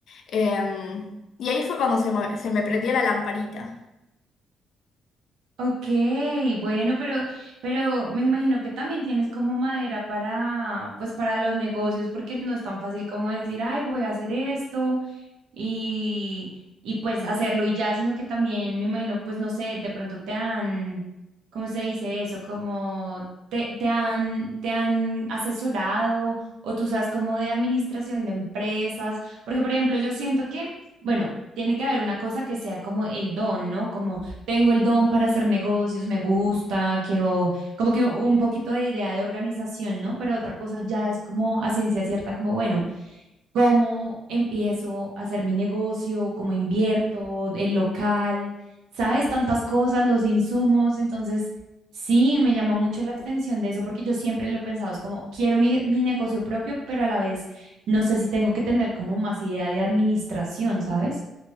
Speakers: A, on the left; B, on the right.
A: em, y ahí fue cuando se me, se me prendió la lamparita.
B: Ok, bueno, pero, pero me imagino que también tienes como madera para, pues para los negocios, porque no es tan fácil como decir, ay, voy a hacer esto y, y pues hacerlo y ya, sino que también me imagino, pues no sé, de pronto te han, ¿cómo se dice eso? Como te, te han, te han asesorado o tú sabes como de administración de empresas, porque por ejemplo, yo siento que, bueno, tiene que haber una cosa que sea como el don, ¿no? Como tengo el don para hacer negocios, me gusta, quiero como que un poquito de idea de organización, ¿no? Pero otra cosa ya es como a ciencia cierta, como bueno, ¿cómo empiezo a hacer mi negocio? ¿Cómo invierto? ¿El local? ¿Sabes? Tantas cosas, los insumos. Entonces, sí, me llamó mucho la atención de eso porque yo siempre lo he pensado, es como quiero mi, mi negocio propio, pero a la vez no sé si tengo que tener como más idea de administración, ¿sabes?